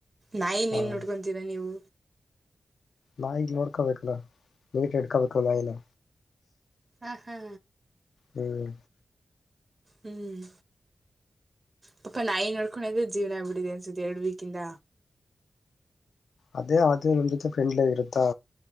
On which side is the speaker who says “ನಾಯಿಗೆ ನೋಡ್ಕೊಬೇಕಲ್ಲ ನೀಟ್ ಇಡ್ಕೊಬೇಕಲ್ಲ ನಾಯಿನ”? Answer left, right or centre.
Left